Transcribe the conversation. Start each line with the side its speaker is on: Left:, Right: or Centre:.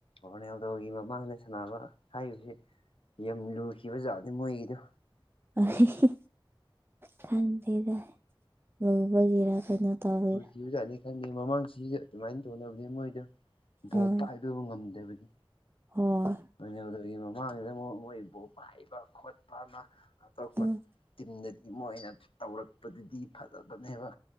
Left: ꯔꯣꯅꯦꯜꯗꯣꯒꯤ ꯃꯃꯥꯡꯗ ꯁꯥꯟꯅꯕ ꯍꯥꯏꯕꯁꯤ ꯌꯥꯝ ꯂꯨꯈꯤꯕꯖꯥꯠꯅꯤ ꯃꯣꯏꯒꯤꯗꯣ
Right: ꯑꯍꯤꯍꯤ ꯈꯪꯗꯦꯗ ꯂꯨꯕꯒꯤꯔ ꯀꯩꯅꯣ ꯇꯧꯕꯩꯔ
Left: ꯀꯤꯕꯖꯥꯠꯅꯤ ꯈꯪꯗꯦ ꯃꯃꯥꯡ ꯆꯤꯁꯨ ꯑꯗꯨꯃꯥꯏꯅ ꯇꯧꯅꯕꯅꯤ ꯃꯣꯏꯗꯣ ꯕꯣꯜ
Right: ꯑꯥ
Left: ꯄꯥꯏꯕ ꯉꯝꯗꯕꯅꯤ
Right: ꯍꯣꯏ
Left: ꯂꯣꯏꯅꯦꯜꯗꯔꯤ ꯃꯃꯥꯡꯖꯤꯉꯣ ꯃꯣꯏꯕꯨ ꯄꯥꯏꯕ ꯈꯣꯠꯄ ꯑꯅ ꯑꯇꯣꯞꯄ
Right: ꯎꯝ
Left: ꯇꯤꯝꯗꯗꯤ ꯃꯣꯏꯅ ꯇꯧꯔꯛꯄꯗꯨꯗꯤ ꯐꯖꯕꯅꯦꯕ